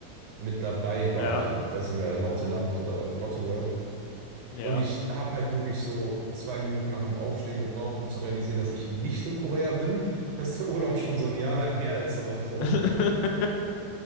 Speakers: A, on the right (about 75°); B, on the left (about 85°).
A: mit dabei war.
B: ja,
A: Ich weiß nicht mehr, Lotteland oder Lotte World.
B: ja.
A: Und ich habe halt wirklich so zwei Minuten nach dem Aufstehen gebraucht, um zu realisieren, dass ich nicht in Korea bin, <laughs> dass der Urlaub schon so ein Jahr lang her ist oder so.
B: <laughs>